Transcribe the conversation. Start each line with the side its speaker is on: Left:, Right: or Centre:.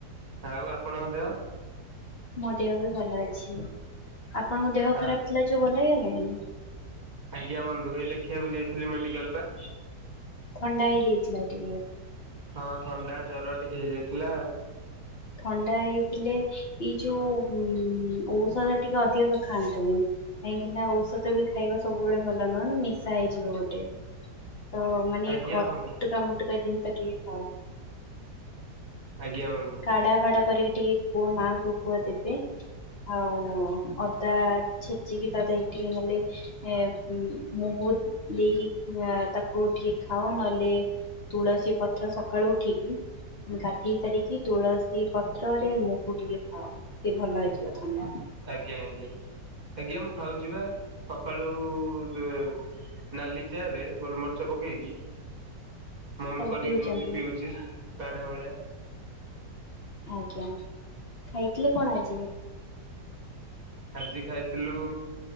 Right: ଆଉ ଆପଣଙ୍କ ଦେହ?
Left: ମୋ ଦେହବି ଭଲ ଅଛି ଆପଣଙ୍କ ଦେହ
Right: ଆ
Left: ଖରାପ୍ ଥିଲା ଯୋଉ ଭଲ ହେଇଗଲାଣି?
Right: ଆଜ୍ଞା ବନ୍ଧୁ ହେଇ ଦେଖିବାକୁ ଯାଇଥିଲି ମେଡିକାଲ୍ ପା।
Left: ଥଣ୍ଡା ହେଇଯାଇଥିଲା ଟିକେ।
Right: ହଁ ଥଣ୍ଡା ଜର ଟିକେ ହେଇଯାଇଥିଲା ଆଉ।
Left: ଥଣ୍ଡା ହେଇଥିଲେ ଏଇ ଯୋଉ ଔଷଧ ଟିକେ ଅଧିକ ଖାଆନ୍ତୁନି। କାହିଁକିନା ଔଷଧବି ଖାଇବା ସବୁବେଳେ ଭଲ ନୁହଁନା ନିଶା ହେଇଯିବ ଗୋଟେ। ତମାନେ
Right: ଆଜ୍ଞା
Left: ଏଇ ଘ ଖଟକା
Right: ବନ୍ଧୁ
Left: ମଟକା ଜିନିଷ ଟିକେ ଖାଅ।
Right: ଆଜ୍ଞା ମାମୁ।
Left: କାଢା ଫାଡ଼ା କରିକି ଟିକେ କୁଅ ମାଆଙ୍କୁ କୁଅ ଦେବେ। ଆଉ ଅଦା ଛେଚିକି ତାଦେହରେ ଟିକି ନହେଲେ ଏ ମୁହୁ ଦେଇକି ଆଁ ତାକୁ ଟିକେ ଖାଅ ନହେଲେ ତୁଳସୀ ପତ୍ର ସକାଳୁ ଉଠିକି ଗାଧେଇ ସାରିକି ତୁଳସୀ ପତ୍ରରେ ମୁହୁ ଟିକେ ଖାଅ ସେଭଲ ହେଇଯିବ ଥଣ୍ଡା।
Right: ଆଜ୍ଞା ଆଜ୍ଞା ଆଜ୍ଞା ମୁଁ ଖାଉଚିବା ସକାଳୁ ତ ନାଲି ଚାରେ ଗୋଲମର୍ଚ ପକେଇକି ମମି
Left: ତାକୁ
Right: କରିକି
Left: ପିଉଛନ୍ତି
Right: ଦଉଚି ପିଉଚି। କାଢ଼ା ଭଳିଆ।
Left: ଆଜ୍ଞା ଖାଇଥିଲେ କଣ ଆଜିି?
Right: ଆଜି ଖାଇଥିଲୁ